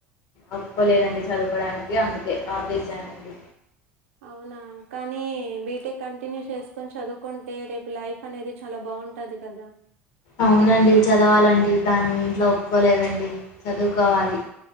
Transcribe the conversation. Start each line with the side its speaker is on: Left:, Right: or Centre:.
Left: ఒప్పుకోలేదండి చదువుకోడానికి అందుకే ఆపేస్ శానండి
Right: అవునా కానీ బీటెక్ కంటిన్యూ చేసుకొని చదువుకుంటే రేపు లైఫ్ అనేది చాలా బాగుంటది కదా
Left: అవునండి చదవాలండి కానీ ఇంట్లో ఒప్పుకోలేదండి చదువు కోవాలి